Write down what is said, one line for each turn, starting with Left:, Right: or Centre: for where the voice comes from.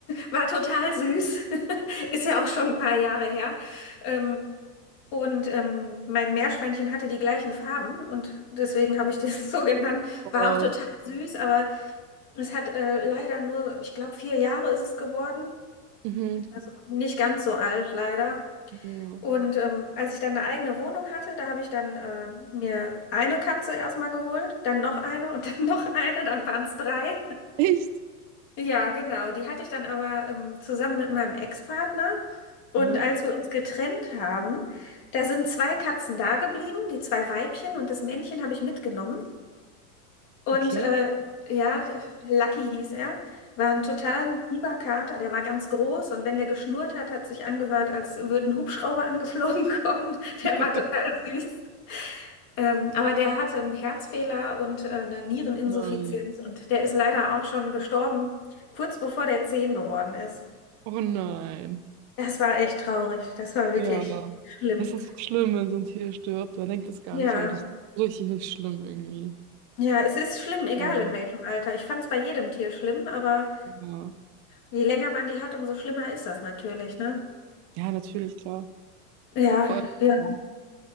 Left: war total süß. <laughs> Ist ja auch schon ein paar Jahre her. Ähm, und ähm, mein Meerschweinchen hatte die gleichen Farben und deswegen habe ich <laughs> das so genannt.
Right: Oh,
Left: War auch total süß, aber es hat äh, leider nur, ich glaube, vier Jahre ist es geworden.
Right: Mhm.
Left: Also nicht ganz so alt, leider.
Right: ja.
Left: Und ähm, als ich dann eine eigene Wohnung hatte, da habe ich dann äh, mir eine Katze erstmal geholt, dann noch eine und <laughs> dann noch eine, dann waren es drei.
Right: Echt?
Left: Ja, genau. Die hatte ich dann aber ähm, zusammen mit meinem Ex-Partner. Und
Right: Mhm.
Left: als wir uns getrennt haben, da sind zwei Katzen da geblieben, die zwei Weibchen und das Männchen habe ich mitgenommen. Und
Right: Okay.
Left: äh, ja, der Lucky hieß er, war ein total lieber Kater, der war ganz groß und wenn der geschnurrt hat, hat sich angehört, als würde ein Hubschrauber angeflogen <laughs> kommen. Der
Right: <laughs>
Left: war total süß. Ähm, aber der hatte einen Herzfehler und äh, eine Niereninsuffizienz
Right: Nein.
Left: und der ist leider auch schon gestorben, kurz bevor der zehn geworden ist.
Right: Oh nein.
Left: Das war echt traurig. Das war wirklich
Right: Ja.
Left: schlimm.
Right: Das ist so schlimm, wenn so ein Tier stirbt. Man denkt das gar
Left: Ja,
Right: nicht, aber das ist richtig, richtig schlimm irgendwie.
Left: ja, es ist schlimm, egal
Right: Ja.
Left: in welchem Alter. Ich fand es bei jedem Tier schlimm, aber
Right: Ja.
Left: je länger man die hat, umso schlimmer ist das natürlich, ne?
Right: Ja, natürlich, klar.
Left: Ja,
Right: Vor allem,
Left: ja.
Right: ja.